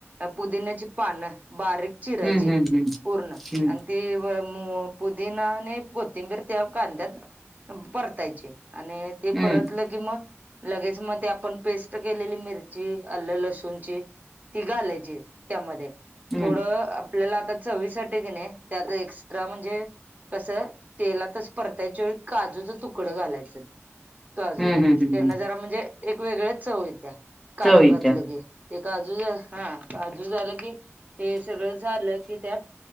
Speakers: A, on the right (about 35°); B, in the centre.
A: पुदिन्याची पानं बारीक चिरायचीत
B: हम्म हम्म
A: पूर्ण
B: हम्म
A: ते व मु पुदीना आणि कोथिंबीर त्या कांद्यात परतायचे आणि ते
B: हम्म
A: परतलं कि मग लगेच मग ते आपण पेस्ट केलेली मिरची अल लसूणची ती घालायची. ची त्या मध्ये
B: हम्म
A: थोड आप - पल्याला आता चवी साठी कणी त्यात एक्स्ट्रा म्हणजे कस तेलात तस परतयच्या वेळी काजूच तुकडं घालायचं काजू
B: हम्म हम्म
A: त्यान
B: हम्म
A: जरा म्हणजे एक वेगळच चव येत्या काजू
B: चवीच्या
A: घातलं की ते काजू ज ह. भाजून झालं की ते सगळं झालं की त्यात